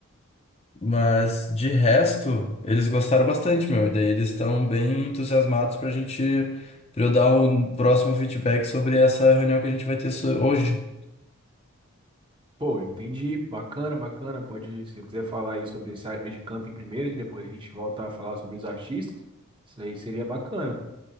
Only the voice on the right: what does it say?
Pô, entendi. Bacana, bacana. Pode, se quiser falar aí sobre essa área de camping primeiro e depois a gente volta a falar sobre os artistas. Isso aí seria bacana.